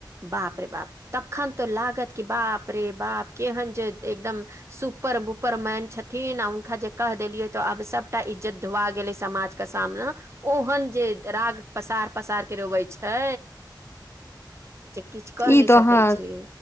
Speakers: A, on the right; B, on the left.
A: बाप रे बाप तखन तऽ लागत कि बाप रे बाप केहन जे एकदम सुपर बुपर मैन छथिन आ हुनका जे कह देलियै तऽ आब सभटा इज्जत धुआ गेलै समाज के सामना ओहन जे राग पसार पसार के रोबै छै जे किछु कहि
B: ई
A: नहि
B: तो
A: सकैत
B: अहाँ
A: छी